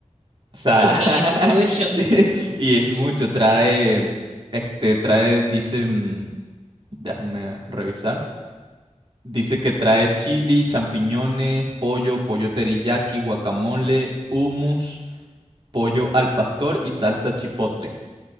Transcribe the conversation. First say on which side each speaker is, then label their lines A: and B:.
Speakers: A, on the right; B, on the right.
A: O sea,
B: Ok, eso es mucho.
A: <laughs> y, y es mucho. Trae, este, trae, dice, mm, déjame revisar. Dice que trae chili, champiñones, pollo, pollo teriyaki, guacamole, hummus, pollo al pastor y salsa chipotle.